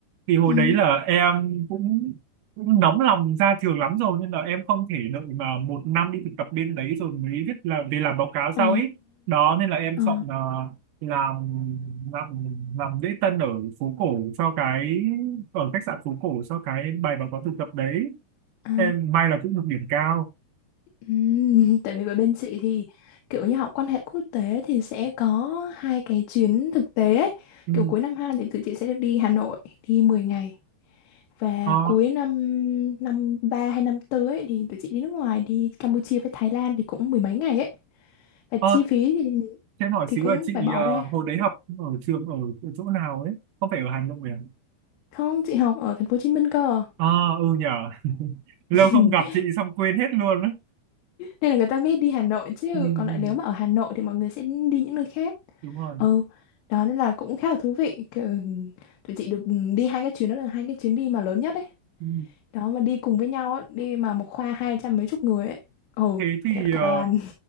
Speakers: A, on the right; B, on the left.
A: thì hồi
B: ừ,
A: đấy là em cũng cũng nóng lòng ra trường lắm rồi nên là em không thể đợi mà một năm đi thực tập bên đấy rồi mới biết là về làm báo cáo sau
B: à,
A: ấy đó nên là em
B: ờ,
A: chọn ờ, làm làm làm lễ tân ở phố cổ cho cái ở khách sạn phố cổ cho cái bài báo cáo thực tập đấy
B: à,
A: em may là cũng được điểm cao
B: ừ. Tại vì với bên chị thì kiểu như học quan hệ quốc tế thì sẽ có hai cái chuyến thực tế ấy.
A: ừ.
B: Kiểu cuối năm 2 thì tụi chị sẽ được đi Hà Nội đi 10 ngày. Và
A: ờ
B: cuối năm năm 3 hay năm 4 ấy, thì tụi chị đi nước ngoài đi Campuchia với Thái Lan thì cũng mười mấy ngày ấy. Và chi
A: ờ
B: phí thì
A: cho em hỏi
B: thì
A: xíu
B: cũng
A: là chị
B: phải bỏ
A: ờ,
B: ra
A: hồi đấy học ở trường ở, ở chỗ nào ấy không phải ở Hà Nội à
B: không chị học ở thành phố Hồ Chí Minh cơ
A: ờ ừ nhở <laughs> lâu
B: <laughs>
A: không gặp chị xong quên hết luôn ấy.
B: nên là người ta biết đi Hà Nội chứ
A: Ừ,
B: còn lại
A: ừ,
B: nếu mà ở Hà Nội thì mọi người sẽ đi những nơi khác
A: đúng rồi
B: ừ đó nên là cũng khá là thú vị Kiểu, tụi chị được đi hai cái chuyến đó là hai cái chuyến đi mà lớn nhất ấy
A: ừ.
B: đó mà đi cùng với nhau á, đi mà một khoa hai trăm mấy chục người ấy ừ
A: thế thì
B: thiệt cả
A: ờ,
B: đoàn